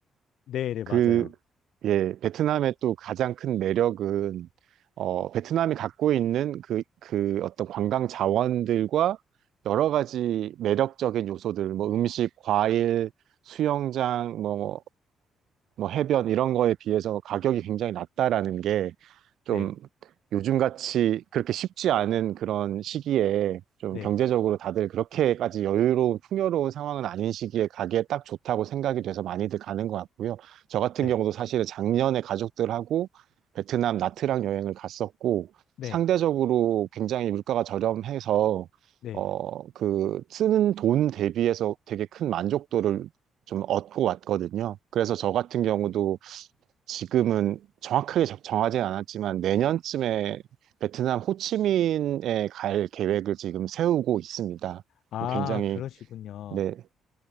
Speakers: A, on the left (about 75°); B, on the right (about 75°).
A: 네, 네, 맞아요.
B: 그, 예, 베트남의 또 가장 큰 매력은 어, 베트남이 갖고 있는 그, 그 어떤 관광 자원들과 여러 가지 매력적인 요소들, 뭐 음식, 과일, 수영장, 뭐 뭐 해변 이런 거에 비해서 가격이 굉장히 낮다라는 게 좀
A: 네,
B: 요즘같이 그렇게 쉽지 않은 그런 시기에 좀
A: 네.
B: 경제적으로 다들 그렇게까지 여유로운 풍요로운 상황은 아닌 시기에 가기에 딱 좋다고 생각이 돼서 많이들 가는 것 같고요. 저 같은
A: 네.
B: 경우도 사실은 작년에 가족들하고 베트남 나트랑 여행을 갔었고
A: 네,
B: 상대적으로 굉장히 물가가 저렴해서
A: 네.
B: 어, 그 쓰는 돈 대비해서 되게 큰 만족도를 좀 얻고 왔거든요. 그래서 저 같은 경우도 지금은 정확하게 정하지 않았지만 내년쯤에 베트남 호치민에 갈 계획을 지금 세우고 있습니다.
A: 아,
B: 굉장히,
A: 그러시군요.
B: 네,